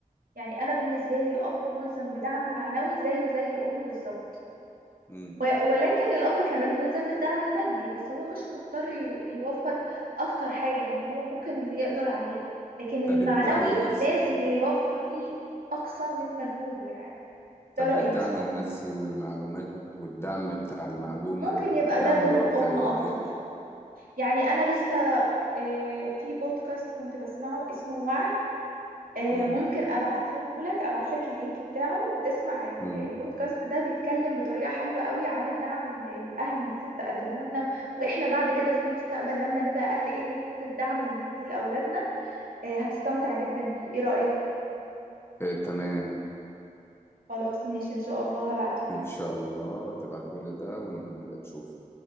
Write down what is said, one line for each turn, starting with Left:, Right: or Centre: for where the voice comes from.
Right: يعني انا بالنسبة لي الاب ملزم بدعم معنوي زيه زي الام بالظبط
Left: امم
Right: و- ولكن الأب كمان ملزم بالدعم المادي بس هو مش مضطر ي- يوفر أكتر حاجة يعني هو ممكن اللي يقدر عليه لكن المعنوي
Left: طب الدعم النفسي
Right: لازم يوفر فيه أقصى من مجهوده يعني
Left: طب
Right: ده رأيي
Left: والدعم
Right: بصراحة
Left: النفسي والمعلومات والت- والدعم بتاع المعلومة
Right: ممكن
Left: أو
Right: يبقى
Left: الدعم
Right: ده دور
Left: اللي هو
Right: الأم
Left: بتاع يوجهك
Right: أكتر يعني أنا لسه آه، في بودكاست كنت بسمعه اسمه وعي آه،
Left: مم.
Right: ممكن ابعته لك ابعت لك اللينك بتاعه وتسمع ال-
Left: مم.
Right: البودكاست ده بيتكلم بطريقة حلوة قوي عن الدعم اللي الاهل المفروض تقدمه لنا واحنا بعد كده في المستقبل لما نبقى اهل ايه المفروض الدعم اللي نديه لاولادنا آه، هتستمتع جدا بيه ايه رأيك
Left: إيه تمام
Right: خلاص ماشي ان شاء الله هبعته
Left: إن
Right: لك
Left: شاء الله تبعتولي ده ونبقى نشوف